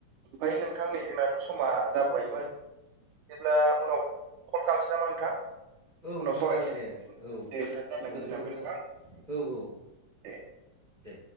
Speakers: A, on the right; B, on the right.
A: ओमफ्राय नोंथां नै जोंना दाथ' समा जाबोबायमोन जेब्ला उनाव कल खालामनोसै नामा नोंथां।
B: औ
A: उनाव
B: नोंथां
A: सावरायनोसै
B: जागोन दे औ
A: दे नोंथा जाय
B: नोंथांजों
A: गोजोननाय मोनो नोंथां
B: औ औ
A: दे
B: दे